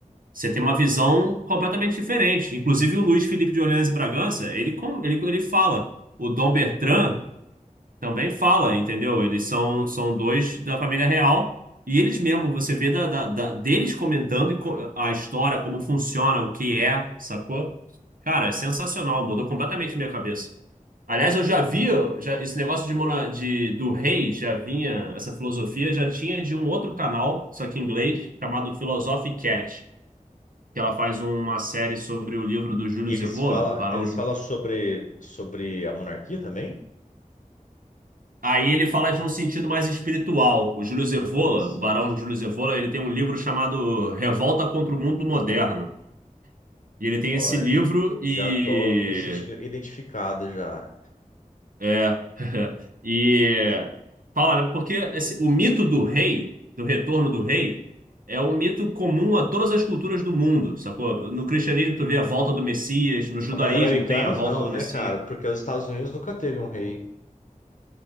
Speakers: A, on the right; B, on the left.
A: Você tem uma visão completamente diferente. Inclusive, o Luiz Felipe de Orleans e Bragança, ele, com- ele, ele fala. O Dom Bertrand também fala, entendeu? Eles são, são dois da família real. E eles mesmo, você vê da, da- da- deles comentando e co- a história, como funciona, o que é, sacou? Cara, é sensacional, mudou completamente minha cabeça. Aliás, eu já vi já, esse negócio de, mona- de- do rei, já vinha, essa filosofia já tinha de um outro canal, só que em inglês, chamado Philosophy Cat, que ela faz uma série sobre o livro do Júlio
B: E eles
A: Evola,
B: falam,
A: Barão
B: eles
A: Júlio.
B: falam sobre sobre a monarquia também?
A: Aí ele fala de um sentido mais espiritual. O Júlio Evola,
B: Interessante.
A: o Barão Júlio Evola, ele tem um livro chamado Revolta contra o Mundo Moderno. E ele tem
B: Olha,
A: esse livro
B: já
A: e
B: tô me sentindo identificado já.
A: É. <laughs> E fala, né, porque esse- o mito do rei, do retorno do rei, é um mito comum a todas as culturas do mundo, sacou? No cristianismo tu vê a volta do Messias, no judaísmo
B: Ah, Mas americanos
A: tem a volta
B: não,
A: do
B: né,
A: Messias.
B: cara? Porque os Estados Unidos nunca teve um rei.